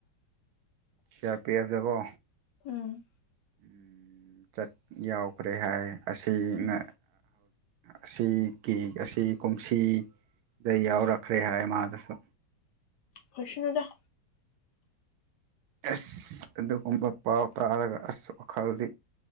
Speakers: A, on the right; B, on the left.
A: ꯁꯤꯌꯥꯔ ꯄꯤ ꯑꯦꯐꯗꯀꯣ
B: ꯎꯝ
A: ꯎ ꯆꯠ ꯌꯥꯎꯈ꯭ꯔꯦ ꯍꯥꯏ ꯑꯁꯤꯅ
B: ꯎꯝ
A: ꯑꯁꯤ ꯀꯦꯛ ꯑꯁꯤ ꯀꯨꯝꯁꯤ ꯗꯗꯩ ꯌꯥꯎꯔꯛꯈ꯭ꯔꯦ ꯍꯥꯏ ꯃꯥꯗꯨꯁꯨ
B: ꯍꯣꯏ ꯁꯅꯨꯗ
A: ꯑꯁ ꯑꯗꯨꯒꯨꯝꯕ ꯄꯥꯎ ꯇꯥꯔꯒ ꯑꯁ ꯋꯥꯈꯜꯗꯤ